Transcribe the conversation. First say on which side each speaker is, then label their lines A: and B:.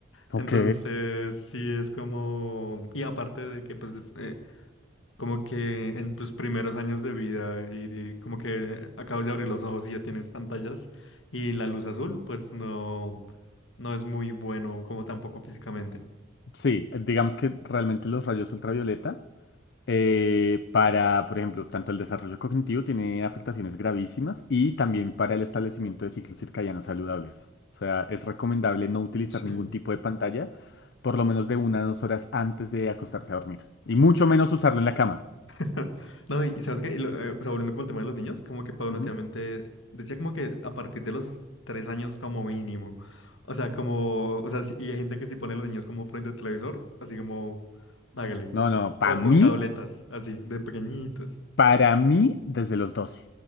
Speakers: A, on the left (about 60°); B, on the left (about 75°).
A: Ok.
B: Entonces, sí es como, y aparte de que, pues, des- eh, como que en tus primeros años de vida y, de- como que acabas de abrir los ojos y ya tienes pantallas y la luz azul, pues no, no es muy bueno, como tampoco físicamente.
A: Sí, eh, digamos que realmente los rayos ultravioleta. eh, para, por ejemplo, tanto el desarrollo cognitivo tiene afectaciones gravísimas y también para el establecimiento de ciclos circadianos saludables. O sea, es recomendable no utilizar
B: Sí.
A: ningún tipo de pantalla por lo menos de una a dos horas antes de acostarse a dormir. Y mucho menos usarlo en la cama.
B: <laughs> No, y y sabes qué, Y lo- eh, o sea, volviendo como el tema de los niños, como que paulatinamente
A: Ujú.
B: decía como que a partir de los tres años como mínimo. O sea, como, o sea, si- y hay gente que si pone a los niños como frente al televisor, así como, hágale.
A: No, no, para
B: O
A: mí,
B: con tabletas, así, de pequeñitos.
A: para mí, desde los doce